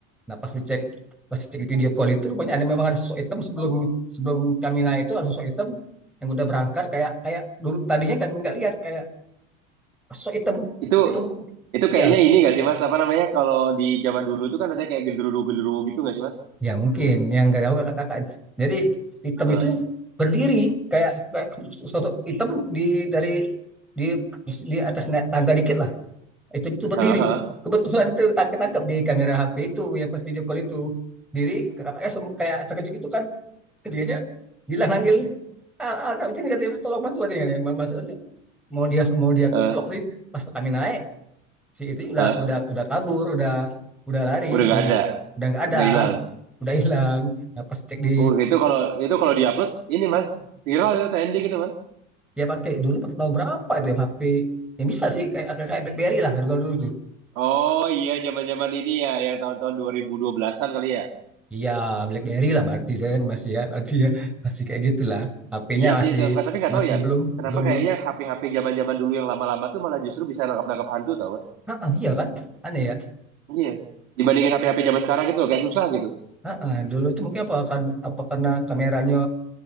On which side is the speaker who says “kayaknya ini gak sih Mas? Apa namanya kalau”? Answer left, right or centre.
Right